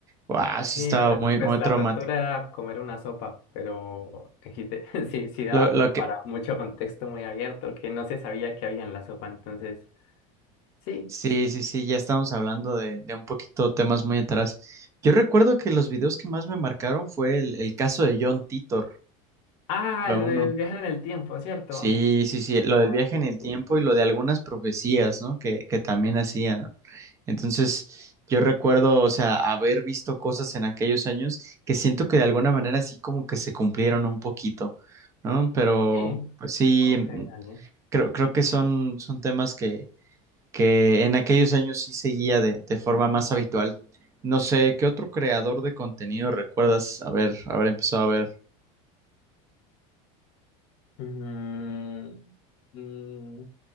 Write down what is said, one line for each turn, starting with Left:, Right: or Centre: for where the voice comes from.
Right: Wow, sí
Left: Sí,
Right: estaba
Left: pues,
Right: muy,
Left: pues
Right: muy
Left: la
Right: traumático.
Left: tortura era comer una sopa, pero XD, <laughs> sí, sí daba
Right: Lo,
Left: como
Right: lo
Left: para
Right: que,
Left: mucho contexto muy abierto, que no se sabía qué había en la sopa, entonces, sí.
Right: Sí, sí, sí, ya estamos hablando de, de un poquito temas muy atrás. Yo recuerdo que los videos que más me marcaron fue el, el caso de John Titor,
Left: Ah,
Right: fue
Left: lo
Right: uno.
Left: del viajar en el tiempo, ¿cierto?
Right: Sí, sí, sí, lo
Left: Ah,
Right: del viaje
Left: sí,
Right: en
Left: sí,
Right: el
Left: sí,
Right: tiempo
Left: sí.
Right: y lo de algunas profecías, ¿no? Que, que también hacían. Entonces, yo recuerdo, o sea, haber visto cosas en aquellos años que siento que de alguna manera sí como que se cumplieron un poquito, ¿no? Pero,
Left: Sí, Sí.
Right: pues sí,
Left: ok, dale.
Right: creo, creo que son, son temas que, que en aquellos años sí seguía de, de forma más habitual. No sé, ¿qué otro creador de contenido recuerdas haber, haber empezado a ver?
Left: Mm, mm,